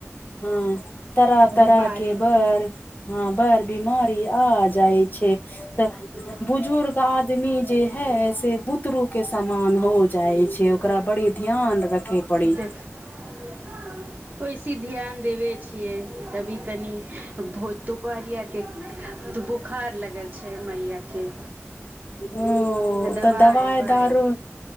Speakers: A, on the left (about 40°); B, on the right (about 40°).
A: हं तरह तरह
B: बीमारी
A: के बेर हं <inaudible> बीमारी आ जाइ छै तऽ बुजुर्ग आदमी जे है से बुतरू के सामान हो जाइ छै ओकरा बड़ी ध्यान रखे पड़ी
B: देख ओइस बेसी ध्यान देबै छियै अभी तनी भोत तोपारियाके दु बु बुखार लगल छै मैयाके
A: ओ अ
B: दबाइ
A: तऽ दवाइ
B: उबाइ
A: दारू